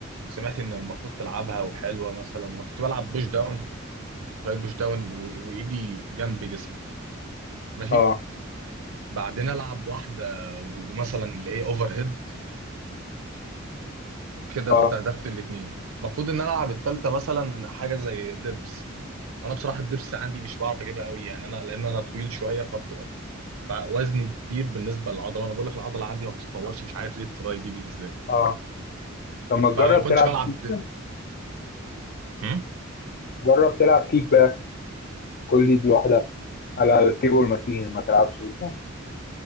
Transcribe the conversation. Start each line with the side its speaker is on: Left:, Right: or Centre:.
Right: سمعت ان المفروض تلعبها وحلوه مثلا أنا كنت بلعب بوش داون تراي بوش داون و- وايدي جنب جسمي ماشي
Left: آه
Right: بعدين العب واحده ومثلا اللي هي اوفر هيد كده
Left: آه
Right: استهدفت الاثنين المفروض ان انا العب الثالثه مثلا حاجه زي دبس وانا بصراحه الدبس عندي مش بعرف اجيبها قوي يعني انا لان انا طويل شويه فبتبقى وزني كبير بالنسبه للعضله انا بقول لك العضله عندي ما بتتطورش مش عارف ليه التراي دي بالذات
Left: آه طب ما تجرب
Right: فما كنتش
Left: تلعب
Right: بلعب
Left: كيك
Right: د-
Left: بقى
Right: هم؟
Left: جرب تلعب كيك بقى كل دي لوحدها على الكيبل ماشين ما تلعبش بالدمبل